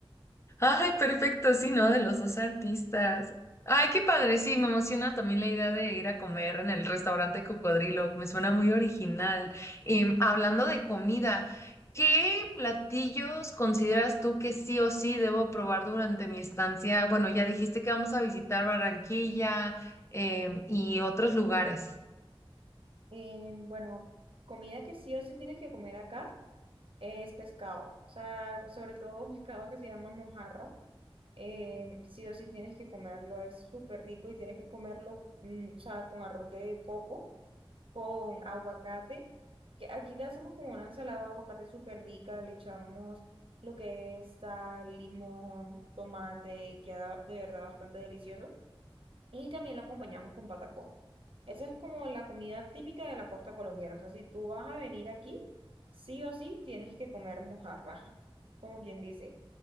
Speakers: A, on the left; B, on the right.
A: Ay, perfecto, sí, ¿no? De los dos artistas. Ay, qué padre, sí, me emociona también la idea de ir a comer en el restaurante Cocodrilo, me suena muy original. Y hablando de comida, ¿qué platillos consideras tú que sí o sí debo probar durante mi estancia? Bueno, ya dijiste que vamos a visitar Barranquilla, em, y otros lugares.
B: Eh, bueno, comida que sí o sí tienes que comer acá es pescado. O sea, sobre todo un pescado que se llama mojarra. eh, sí o sí tienes que comerlo, es súper rico y tienes que comerlo, mm, o sea, con arroz de coco, con aguacate, que aquí le hacemos como una ensalada de aguacate súper rica, le echamos lo que es sal, limón, tomate y queda de verdad bastante delicioso. Y también lo acompañamos con patacón. Esa es como la comida típica de la costa colombiana. O sea, si tú vas a venir aquí, sí o sí tienes que comer mojarra, <laughs> como quien dice.